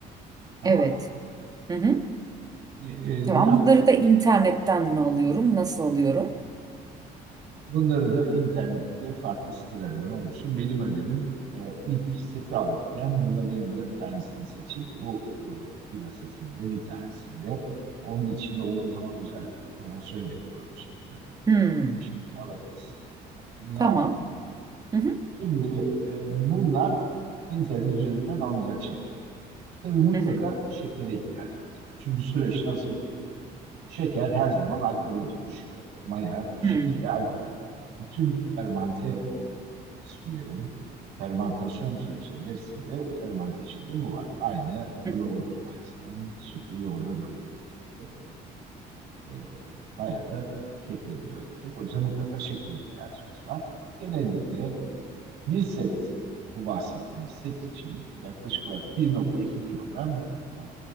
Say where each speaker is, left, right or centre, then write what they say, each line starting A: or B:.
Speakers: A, on the right; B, on the right.
A: Tamam.
B: Evet. Hı hı.
A: E, e,
B: Tamam.
A: ne yaptık?
B: Bunları da internetten mi alıyorum? Nasıl alıyorum?
A: Bunları da internette farklı sitelerden oluşsun. Benim önerim e, ilk seti alırken bunların yanında bir tanesini seçip bu e, bira setinde bir tanesinde onun içinde olduğu zaman özel promosyon yapıyorlar o şekilde.
B: Hı,
A: O şekilde alabiliriz. Tamam, Bunu
B: tamam.
A: al.
B: Hı hı.
A: Şimdi e, bunlar internet üzerinden alınacak şeyler. Tabii mutlaka
B: Hı hı.
A: şekere ihtiyacımız var. Çünkü süreç nasıl? Şeker her zaman alkole dönüşüyor. Maya şekeri
B: Hmm.
A: alkole dönüşüyor. Bütün fermante içkilerin fermantasyon süreçlerinin hepsinde fermante içkide bu var. Aynı yoğurt
B: Hı hı.
A: mayasının sütü yoğurda döndürmesi gibi. E, maya da şekeri döndürecek. O yüzden mutlaka şekere ihtiyacımız var. Genellikle bir set, bu bahsettiğim set için yaklaşık olarak 1.2 kilogram e,